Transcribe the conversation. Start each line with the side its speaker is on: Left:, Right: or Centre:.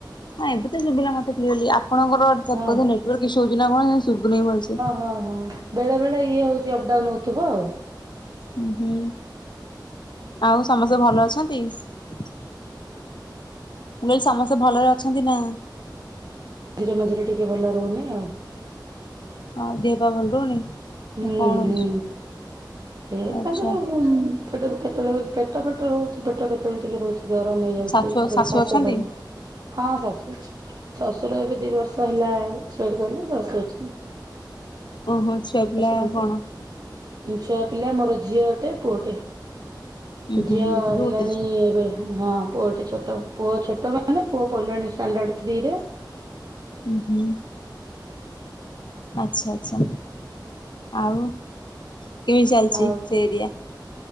Left: ହଁ ଏବେ ତ ଶୁଭିଲା ମତେ କ୍ଲିୟର ଲି ଆପଣଙ୍କରେଟ ସେପଟେ
Right: ହଁ
Left: ନେଟୱର୍କ ଇସ୍ୟୁ ହଉଛି ନା କଣ ସୁବୁନାଇଁ ଭଲସେ।
Right: ଓହ। ବେଳେ ବଳେ ଇଏ ହଉଛି ଅପଡାଉନଉ। ଥିବ ଆଉ ହୁଁ।
Left: ହୁଁ ହୁଁ ଆଉ ସମସ୍ତେ ଭଲ ଅଛନ୍ତି ମୁଁ କହିଲି ସମସ୍ତେ ଭଲରେ ଅଛନ୍ତି ନା?
Right: ମଝିରେ ମଝିରେ ଟିକେ ଭଲ ରହୁନି ଆଉ।
Left: ହଁ ଦେହ ପା ଭଲ ରହୁନି
Right: ହୁଁ
Left: କଣ ହଉଛି?
Right: ହୁଁ। ଏ
Left: ଆଚ୍ଛା
Right: ତାଙ୍କର କେତେବେଳେ ପେଟ ଫେଟ ରହୁଛି ପେଟ କେତେବେଳେ ଟିକେ ରହୁଛି ଗରମ ହେଇଯାଉଛି।
Left: ଛୁଆ
Right: କେତେବେଳେ
Left: ଶାଶୁ
Right: କାଶ
Left: ଅଛନ୍ତି?
Right: ଫାସ ହଁ ଶାଶୁ ଅଛନ୍ତି ଶ୍ୱଶୁର ଏବେ ଦି ବର୍ଷ ହେଲା ଏକ୍ସପାଇଡ କଲେ ଶାଶୁ ଅଛନ୍ତି।
Left: ଓହୋ ଛୁଆ ପିଲା
Right: ଶାଶୁ ପାଞ୍ଚ
Left: କଣ?
Right: ଛୁଆ ପିଲା ମୋର ଝିଅ ଟେ ପୁଅଟେ
Left: ଉଁ ହୁଁ
Right: ଝିଅ
Left: ଗୋଟେ ରୁ
Right: ହେଲାଣି
Left: ଗୋଟେ
Right: ଏବେ ହଁ ପୁଅ ଟେ ଛୋଟ ପୁଅ ଛୋଟ ମାନେ ପୁଅ ପଢିଲାଣି ଷ୍ଟାଣ୍ଡାର୍ଡ ଥ୍ରି ରେ।
Left: ହୁ ହୁଁ ଆଚ୍ଛା ଆଚ୍ଛା। ଆଉ କେମିତି ଚାଲିଛି
Right: ଆଉ କଣ
Left: ସେ ଏରିଆ?